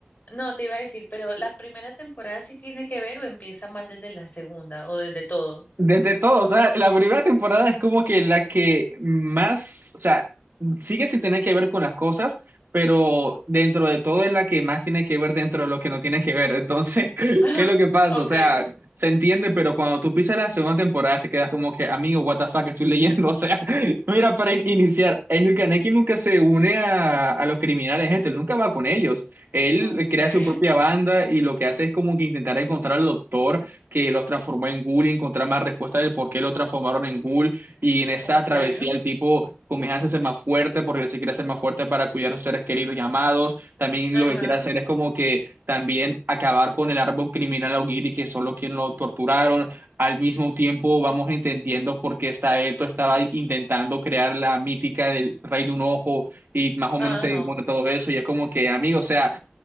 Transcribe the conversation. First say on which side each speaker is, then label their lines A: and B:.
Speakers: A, on the left (about 45°); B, on the right (about 60°).
A: no te iba a decir, pero la primera temporada sí tiene que ver o empieza mal desde la segunda o desde todo.
B: Desde todo, o sea, la primera temporada es como que la que más, o sea, sigue sin tener que ver con las cosas, pero dentro de todo es la que más tiene que ver dentro de lo que no tiene que ver. Entonces, <laughs>
A: <laughs>
B: ¿qué es lo que pasa?
A: Okay,
B: O sea, se entiende, pero cuando tú pisas la segunda temporada te quedas como que, amigo, what the fuck estoy leyendo. <laughs> O sea, mira, para in- iniciar, el Kaneki nunca se une a, a los criminales, este, él nunca va con ellos. Él
A: okay,
B: crea su propia banda y lo que hace es como que intentar encontrar al doctor que los transformó en ghoul y encontrar más respuestas del por qué lo transformaron en ghoul. Y en esa
A: okay.
B: travesía el tipo comienza a ser más fuerte porque él se quiere hacer más fuerte para cuidar a sus seres queridos y amados. También
A: Ajá,
B: lo que quiere hacer es como que también acabar con el árbol criminal Augiri, que son los quienes lo torturaron. Al mismo tiempo vamos entendiendo por qué está esto, estaba intentando crear la mítica del rey de un ojo y más o
A: ajá.
B: menos te muestra todo eso y es como que, amigo, o sea,